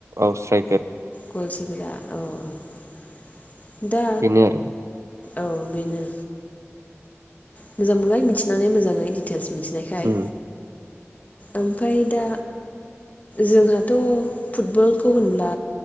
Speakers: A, on the right (about 90°); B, on the left (about 35°).
A: औ स्राइ
B: गेलेसोग्रा औ औ दा
A: बेनो आरो
B: औ बेनो मोजां मोनबाय मिथिनानै मोजाङै दिटेल्स मिथि नायखाय
A: उम
B: ओमफ्राय दा जोंहाथ' फुटबलखौ होनब्ला